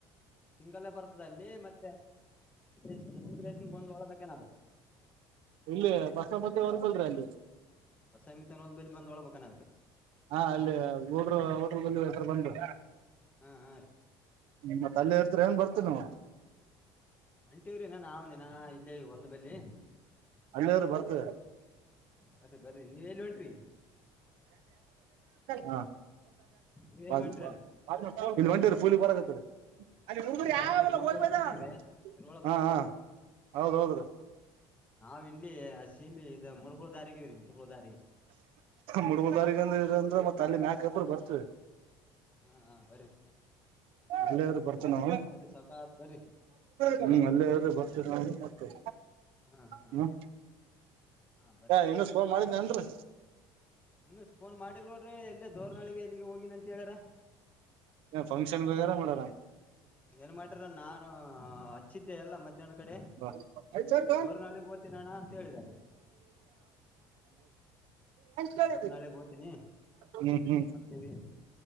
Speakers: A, on the left (about 15°); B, on the right (about 65°).
A: ಸಿಂಗಲ್ಲೇ ಬರ್ತದೆ ಅಲ್ಲಿ ಮತ್ತೆ ದೇಶ ಮುಂದ ದೇಶನ್ ಬಂದು ಹೊಳದೇನ ಅದಕ್ಕೆ
B: ಇಲ್ಲ ಬಸ ಮತ್ತೆ ಹೊರ್ಗಲ್ರೀ ಅಲ್ಲಿ
A: ಬಸಮಿತನ್ನೋಲ್ ಬೆ ಬಂದ ಹೊಳಳ್ಬೇಕಾನ ಅದಕ್
B: ಹಾ ಅಲ್ಲಿ ಡ್ ಬಂದರು
A: ಹಾ ಹಾ ರೀ
B: ಮತ್ತ ಅಲ್ಲಿ ನ್ ಬರ್ತೇ ನ
A: ಒಂಟಿಯ್ರನ ನಾವನನಾ ಇಲ್ಲೇ ಹೊಲ್ದಬಲ್ಲಿಿ
B: ಹಳ್ಳಿಯ್ರ ಬರ್ತ
A: ಬರ್ರಿ ಬರ್ರಿ ನೀವ್ ಎಲ್ಲಿ ಹೊಂಟ್ರಿ?
B: ಹಾ
A: ನೀವ್
B: ಬಲ್ತಕ
A: ಎಲ್ಲಿ ಹೊಂಟ್ರೇನ್
B: ಇ ಒಂಟ ಫಲ್ ಬರ <inaudible> <inaudible> ಅಲ್ಲಿ ಹಡುರು
A: ಸ
B: ಯಾವೆಲ್ಲ
A: ಅಲ್ಲಿ ಊರ್
B: ಹದ
A: ಬಲ್ಲಿ
B: ಬ
A: ಪೂಲಿಗ್ರಿ ತಿರುವಳ ಬಲ್ಲಿ
B: ಹಾ
A: ಪೂಲಿಗೆ
B: ಹೌದ್ೌದ್ರೀ
A: ನಾವ್ ಇಲ್ಲಿ ಸೀಮಿ ಇದ ಮುಳಬುಳ ದಾರಿಗಿವ್ರಿ ಮುಳಬುಳ ದಾರಿ
B: ಮುಡ್ಗಲ್ ತಾರೀಕಂದ ಅಂದ್ರೆ ಮತ್ತ ಅಲ್ಲಿ ಮ್ಯಾ ಗಬ್ಬರು ಬರ್ತವಿ
A: ಹಾ ಹಾ ಬರ್ರಿ
B: ಅಲ್ಲೇವ್ರ ಬರ್ತೇ ನಾವ
A: ಬರ್ರಿ ಸಾವಕಾಸ್ ಬರ್ರಿ
B: ಹ್ಮ ಅಲ್ಲಿೇವ್ರ ಬರ್ತೇನೆ ನ <inaudible> <inaudible>
A: ಹಾ ಹಾ
B: ಹ್ಮ
A: ಹಾ ಬರ್ರಿ
B: ಇನ್ನ ಸ್ೋಲ್ ಮಾಡಿದ್ದನ ಅನ್ರಿ
A: ಇನ್ನು ಫೋನ್ ಮಾಡಿಿಲ್ಲ ನೋಡ್ರಿ ಎಲ್ಲ ದೋರ್ನಾಳಗೆ ಎಲ್ಲಿಗೆ ಹೋಗಿ ನ ೇಳರ
B: ಫಂಕ್ಷನ್ ಬರ ಮಾಡ
A: ಏನ್ ಮಾಡ್ಯಾರ ನಾನು ಹಚ್ಚಿದ್ದೆ ಎಲ್ಲ ಮಧ್ಯಾಹ್ನ ಕಡೆ
B: ಹ ಹೆಂಗ
A: ದೋರ್ನಾಳಿಗ್ ಹೋತಿನಿ ಅಣ್ಣ ಅಂತ ಹೇಳಿದಾರೆ
B: ಕೇಳಿದ್ದ
A: ದೋರ್ನಾಳಿಗ್ ಹೋತಿನಿ
B: ಹ್ಮ್ ಹ್ಮ್
A: ಬರ್ತೀವಿ